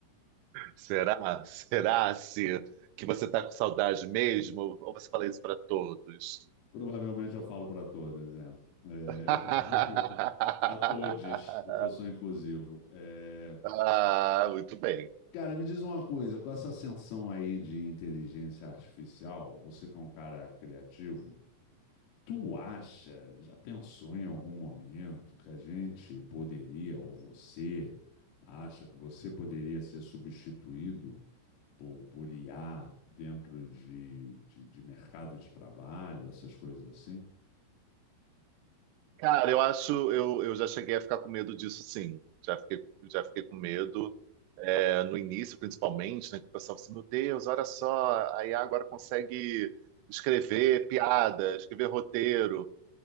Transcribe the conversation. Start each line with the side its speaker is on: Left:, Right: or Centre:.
Right: Será? Será se que você está com saudade mesmo? Ou você fala isso para todos?
Left: Provavelmente eu falo para todas, é. É...
Right: <laughs>
Left: <laughs> Para todes, porque eu sou inclusivo. É,
Right: Ah, muito bem.
Left: Cara, me diz uma coisa, com essa ascensão aí de inteligência artificial, você que é um cara criativo, Tu acha, já pensou em algum momento que a gente poderia, ou você acha que você poderia ser substituído por, por IA dentro de, de, de mercado de trabalho, essas coisas assim?
Right: Cara, eu acho, eu, eu já cheguei a ficar com medo disso, sim. Já fiquei, já fiquei com medo, é, no início, principalmente, né? Que o pessoal assim, meu Deus, olha só, a IA agora consegue escrever piada, escrever roteiro.